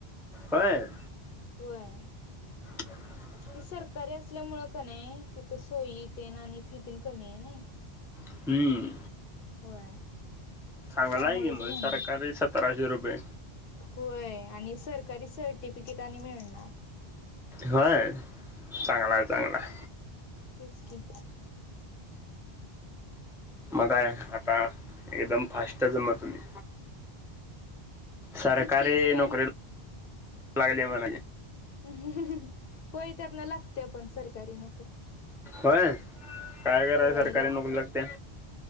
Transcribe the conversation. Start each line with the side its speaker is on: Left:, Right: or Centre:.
Centre: होय.
Left: होय.
Centre: <inaudible>
Left: ती सरकारी असल्यामुळं कनई तिथं सोयी तेन आणि फी पन कमीआय नई.
Centre: हम्म
Left: होय.
Centre: चांगलाय
Left: त्यामुळेच
Centre: किम
Left: घेणार
Centre: सरकारी सतराशे रुपय.
Left: होय आणि सरकारी सर्टिफिकेट आणि मिळणार.
Centre: होय चांगलाय चांगलाय.
Left: तेचकी.
Centre: म काय आता? एकदम फास्टच मतुमी. सरकारी
Left: तेच की असताना
Centre: नोकरी <unintelligible> लागली म्हणायची.
Left: होय त्यातन लागत्यापन सरकारी नोकरी.
Centre: होय काय कराय
Left: होय
Centre: सरकारी
Left: लागते.
Centre: नोकरी लागत्या?